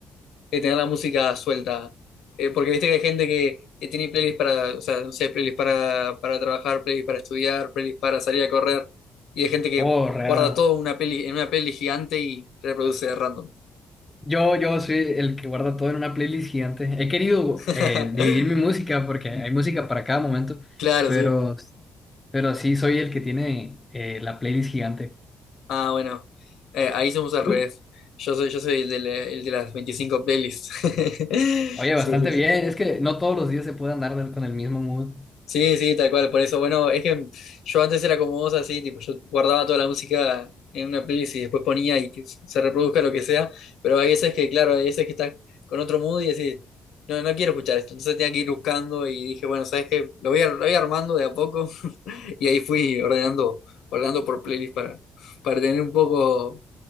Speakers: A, on the left; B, on the left.
A: de tener la música suelta? Eh, porque viste que hay gente que, que tiene playlists para, o sea, no sé, playlists para, para trabajar, playlists para estudiar, playlists para salir a correr. Y hay gente que
B: Oh, real.
A: guarda todo una peli, en una peli gigante y reproduce de random.
B: Yo, yo soy el que guarda todo en una playlist gigante. He querido
A: <laughs>
B: eh, dividir mi música porque hay música para cada momento,
A: Claro,
B: pero,
A: sí.
B: pero sí soy el que tiene eh, la playlist gigante.
A: Ah, bueno. Eh, ahí somos al
B: ¿Tú?
A: revés. Yo soy, yo soy el de, la- el de las 25 playlists. <laughs>
B: Oye,
A: Sí,
B: bastante
A: sí, sí.
B: bien. Es que no todos los días se puede andar del- con el mismo mood.
A: Sí, sí, tal cual, por eso, bueno, es que yo antes era como vos así, tipo, yo guardaba toda la música en una playlist y después ponía y que se reproduzca lo que sea, pero hay veces que, claro, hay veces que estás con otro mood y decís, no, no quiero escuchar esto, entonces tenía que ir buscando y dije, bueno, ¿sabes qué? Lo voy, a- lo voy armando de a poco <laughs> y ahí fui ordenando, ordenando por playlist para, para tener un poco,